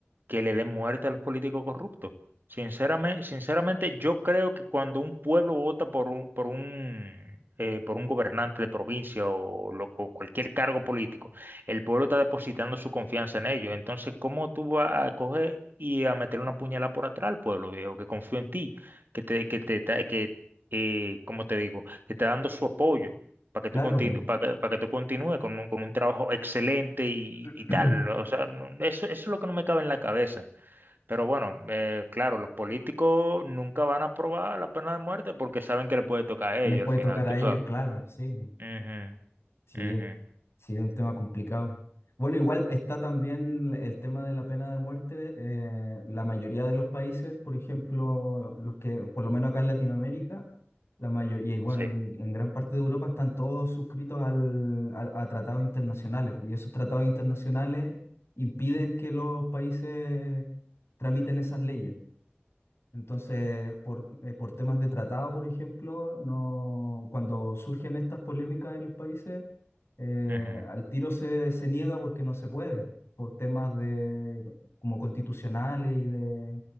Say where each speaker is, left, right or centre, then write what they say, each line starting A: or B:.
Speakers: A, on the right; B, on the left.
A: que le den muerte a los políticos corruptos. Sinceramente, sinceramente, yo creo que cuando un pueblo vota por un, por un, eh, por un gobernante de provincia o, lo- o cualquier cargo político, el pueblo está depositando su confianza en ellos. Entonces, ¿cómo tú vas a coger y a meter una puñalada por atrás al pueblo, viejo, que confío en ti, que te, que te, que eh, como te digo, te está dando su apoyo para que
B: Claro,
A: tú continúes, para que, para que tú continúes con un, con un trabajo excelente y,
B: <clears throat>
A: y tal. ¿no? O sea, no- eso, eso es lo que no me cabe en la cabeza. Pero bueno, eh, claro, los políticos nunca van a aprobar la pena de muerte porque saben que le puede tocar a
B: les
A: ellos
B: puede
A: al final,
B: tocar a
A: tú
B: ellos,
A: sabes.
B: claro, sí.
A: Ujú,
B: Sí,
A: ujú,
B: Sí, es un tema complicado. Bueno, igual está también el tema de la pena de muerte. eh, la mayoría de los países, por ejemplo, los que, por lo menos acá en Latinoamérica, la mayoría, y bueno,
A: sí,
B: y en gran parte de Europa están todos suscritos al, a, a tratados internacionales. Y esos tratados internacionales impiden que los países tramiten esas leyes. Entonces, por, eh, por temas de tratado, por ejemplo, no, cuando surgen estas polémicas en los países, eh,
A: ujú.
B: al tiro se, se niega porque no se puede, por temas de, como constitucionales y de,